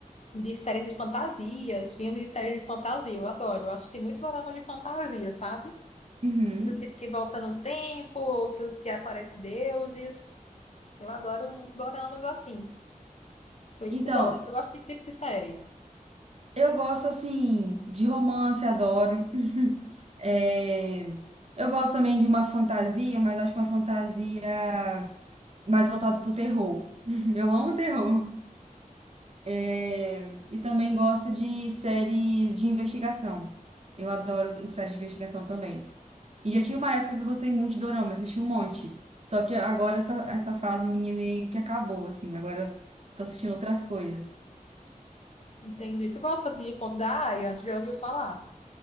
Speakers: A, on the left; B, on the right.
A: de séries de fantasias, filmes e séries de fantasia. Eu adoro. Eu assisti muito dorama de fantasia, sabe?
B: Uhum.
A: Do tipo que volta no tempo, outros que aparecem deuses. Eu adoro uns doramas assim. Sei
B: Então,
A: que tu gosta. Tu gosta de que tipo de série?
B: eu gosto assim de romance, adoro. É, Eu gosto também de uma fantasia, mas acho que uma fantasia mais voltada pro terror. <laughs> Eu amo terror. É, E também gosto de séries de investigação. Eu adoro séries de investigação também. E já tinha uma época que eu gostei muito de dorama, assisti um monte. Só que agora essa, essa fase minha meio que acabou, assim. Agora tô assistindo outras coisas.
A: Entendi. Tu gosta de Conto da Aia? Tu já ouviu falar?